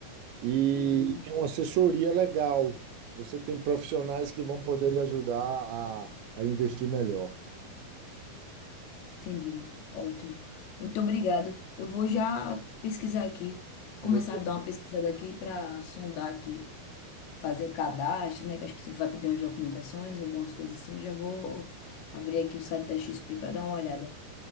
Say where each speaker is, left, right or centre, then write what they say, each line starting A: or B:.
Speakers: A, on the right; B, on the left.
A: e
B: uhum,
A: tem uma assessoria legal. Você tem profissionais que vão poder lhe ajudar a, a investir melhor.
B: entendi. Ótimo. Muito obrigado. Eu vou já pesquisar aqui,
A: Você
B: começar a dar uma pesquisada aqui para sondar aqui, fazer cadastro, né? Que acho que você vai pedir umas documentações, algumas coisas assim. Eu já vou abrir aqui o site da XP para dar uma olhada.